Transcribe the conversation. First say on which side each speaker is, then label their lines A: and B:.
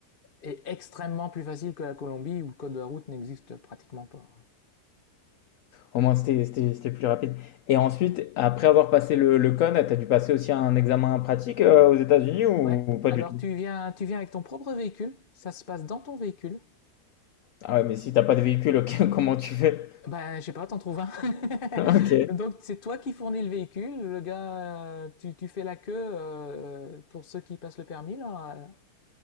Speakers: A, on the left; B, on the left.
A: Et extrêmement plus facile que la Colombie où le code de la route n'existe pratiquement pas.
B: Au moins, c'était c'était- c'était plus rapide. Et ensuite, après avoir passé le, le code, t'as dû passer aussi un examen pratique euh, aux États-Unis ou,
A: Ouais.
B: ou pas
A: Alors
B: du tout?
A: tu viens, tu viens avec ton propre véhicule, ça se passe dans ton véhicule.
B: Ah ouais, mais si t'as pas de véhicule, ok, <laughs> comment tu fais?
A: Bah, je sais pas, t'en trouves un.
B: <laughs>
A: <laughs>
B: Ok.
A: Donc, c'est toi qui fournis le véhicule, le gars, euh, tu, tu fais la queue euh, euh, pour ceux qui passent le permis, là,